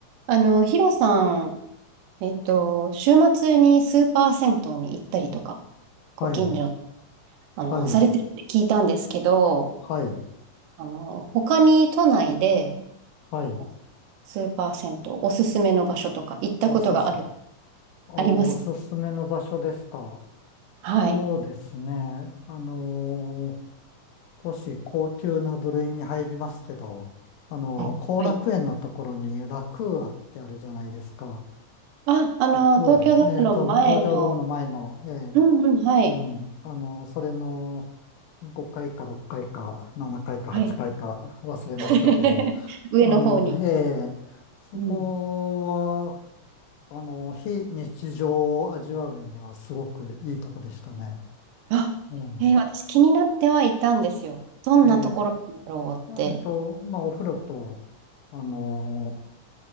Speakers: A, on the right; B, on the left.
A: あの、ヒロさん、えっと、週末にスーパー銭湯に行ったりとか、ご近所、
B: はい、
A: あの、
B: はい、
A: されてるって聞いたんですけど、
B: はい、
A: あの、他に都内で、
B: はい。
A: あのスーパー銭湯、おすすめの場所とか行ったことがある、
B: おすす、あ、おすすめの場所ですか。
A: ありますはい。
B: そうですね。あのー少し高級な部類に入りますけど、あのー後楽園のところにラクーアってあるじゃないですか。
A: はい。あ、あの、
B: ラクーアで、
A: 東京ドームの前の、
B: えーと、東京ドームの前の、えー
A: うんうん、はい。
B: うん、あのーそれの5階か6階か7階か8階かいか忘れましたけど、
A: はい。<laughs> 上の方に。
B: あの、えーそこ
A: うん。
B: あの、非日常を味わうにはすごくいいとこでしたね。
A: あ、
B: うん。
A: えー私気になってはいたんですよ。どんなところなんだろうって。
B: ええ。えっと、まあ、お風呂と、あの、